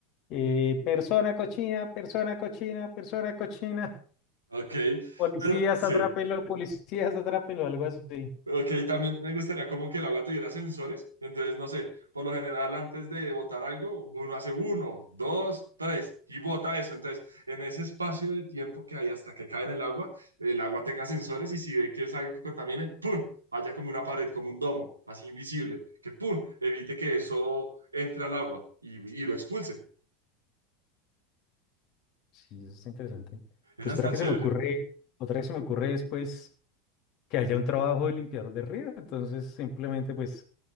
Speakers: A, on the left; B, on the right.
A: Eh, persona cochina, persona cochina, persona cochina.
B: Ok,
A: Policías,
B: pero sí,
A: atrápenlo, policías, atrápenlo, algo así.
B: ok, también me gustaría como que el agua tuviera sensores, entonces no sé, por lo general antes de botar algo, uno hace uno, dos, tres y bota eso, entonces en ese espacio de tiempo que hay hasta que cae en el agua, el agua tenga sensores y si ve que es algo que contamine, ¡pum! haya como una pared, como un domo, así invisible, que ¡pum! evite que eso entre al agua y, y lo expulse.
A: Sí, eso está interesante.
B: Esa
A: Pues
B: está
A: otra que
B: chévere.
A: se me ocurre, otra que se me ocurre es pues que haya un trabajo de limpiador de río, entonces simplemente pues